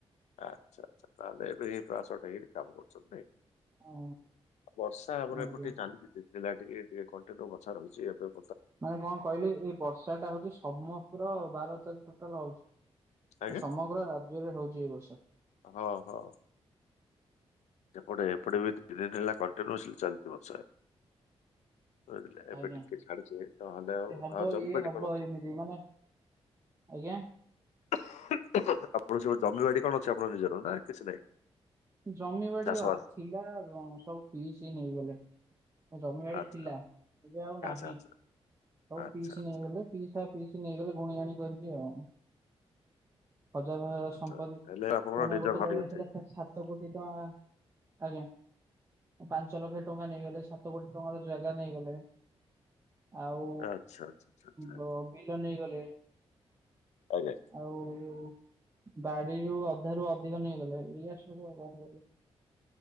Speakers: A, on the left; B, on the right.
A: ଆଚ୍ଛା ଆଚ୍ଛା ତାହେଲେ ଏବେ ଏଇ ପ୍ରୟାସ ଟେଇ କାମ କରୁଛନ୍ତି ନାଇଁ?
B: ଓ
A: ବର୍ଷା ଏପଟେ
B: ଆଜ୍ଞା
A: କାଲି କି ଦିଦିଲା ଟିକେ ଟିକେ କଣ୍ଟେନୁ ବର୍ଷା ରହିଛି ଏବେ ବ
B: ମାନେ କଣ କହିଲି ଏଇ ବର୍ଷା ଟା ହଉଛି ସମ ପୁର ବାର ତାରିଖ ଟୋଟାଲ ହଉଛି।
A: ଆଜ୍ଞା
B: ସମଗ୍ର ରାଜ୍ୟରେ ହଉଛି ଏ ବର୍ଷ।
A: ହଉ ହଉ। ସେପଟେ ଏପଟେ ବି ତି ଦିନ ହେଲା କଣ୍ଟିନ୍ୟୁ ଲି ଚାଲିଛି ବର୍ଷା। ବୁଝିଲେ ଏବେ
B: ଆଜ୍ଞା।
A: ଟିକେ ଛାଡିଛି ନହେଲେ ଆଉ
B: ଏ ହବ
A: ଆଉ ଜମି
B: ଇଏ
A: ବାଡ଼ି
B: ହବ
A: କଣ ଅଛି?
B: ଏମିତି ମାନେ ଆଜ୍ଞା?
A: ଆପଣ ସୁବୁ ଜମିବାଡି କଣ ଅଛି ଆପଣଙ୍କ ନିଜର ନା କିଛି ନାହିଁ?
B: ଜମିବାଡି
A: ଚାଷବାସ?
B: ଅ ଥିଲା ବ ସବୁ ପିଇସି ନେଇଗଲେ। ଜମିିବାଡି
A: ଆଚ୍ଛା
B: ଥିଲା ଏବେ ଆଉ ନାହିଁ
A: ଆଚ୍ଛା ଆଚ୍ଛା
B: ସବୁ
A: ଆଚ୍ଛା
B: ପିଇସି
A: ଆଚ୍ଛା।
B: ନେଇଗଲେ। ପିଇସା ପିଇସି ନେଇଗଲେ ଗୁଣି ଆଣି କରିବି ଆଉ। ହଜାର ହଜାର
A: ଆଚ୍ଛା
B: ସମ୍ପତି
A: ହେଲେ ଆପଣଙ୍କ
B: ମାନେ
A: ନିଜ
B: ଗୋଟେ
A: ଘରେ
B: ଜାଗାରେ
A: ଅଛି
B: ଥିଲା ତ ସାତ ତ କୋଟି ଟଙ୍କା ଆଜ୍ଞା। ପାଞ୍ଚ ଲକ୍ଷ ଟଙ୍କା ନେଇଗଲେ ସାତ କୋଟି ଟଙ୍କାର ଜାଗା ନେଇଗଲେ। ଆଉ
A: ଆଚ୍ଛା ଆଚ୍ଛା ଆଚ୍ଛା ଆଚ୍ଛା
B: ବ ବିଲ ନେଇଗଲେ।
A: ଆଜ୍ଞା।
B: ଆଉ ବାଡିରୁ ଅଧାରୁୁ ଅଧିକ ନେଇଗଲେ ଏଇଆ ସବୁ ଆଉ କଣ କରିବି।